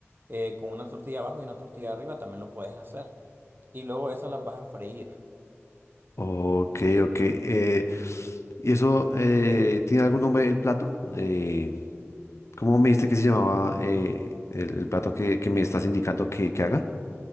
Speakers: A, on the right; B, on the left.
A: eh, con una tortilla abajo y una tortilla arriba, también lo puedes hacer. Y luego eso las vas a freír.
B: Ok, ok. eh, ¿y eso eh, tiene algún nombre el plato? Eh, ¿cómo me dijiste que se llamaba eh, el, el plato que, que me estás indicando que, que haga?